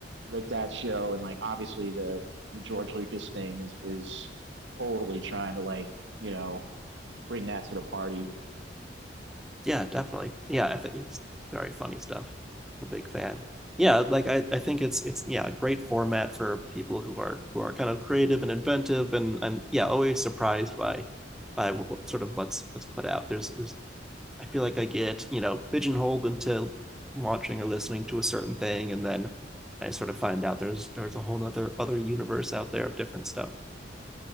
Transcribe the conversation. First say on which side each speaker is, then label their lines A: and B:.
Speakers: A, on the right; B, in the centre.
A: like that show and like obviously the the George Lucas thing is is totally trying to like you know bring that to the party.
B: yeah, definitely. Yeah, I think it's very funny stuff. I'm a big fan. Yeah, like I, I think it's it's yeah, a great format for people who are who are kind of creative and inventive and and yeah, always surprised by by what, sort of what's what's put out. There's there's I feel like I get, you know, pigeonholed into watching or listening to a certain thing, and then I sort of find out there's there's a whole other other universe out there of different stuff.